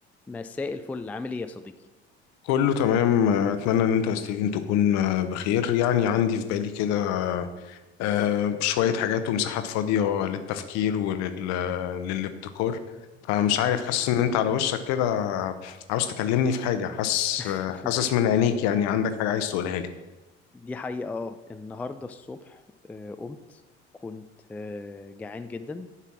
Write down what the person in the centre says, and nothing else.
مساء الفل عامل ايه يا صديقي
مم.
<laughs>
آه،
دي حقيقة اه النهاردة الصبح آه، قمت كنت آه، جعان جدا